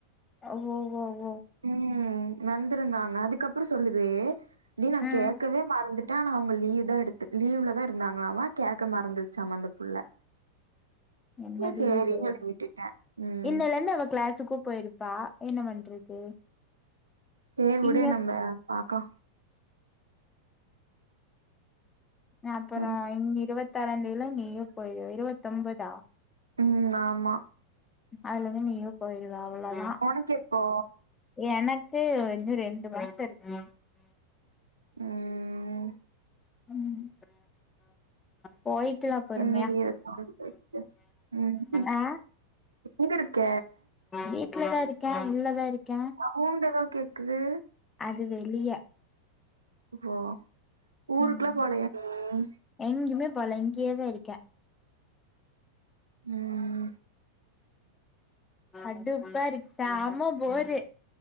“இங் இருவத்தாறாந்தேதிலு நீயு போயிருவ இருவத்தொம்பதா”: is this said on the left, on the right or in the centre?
Left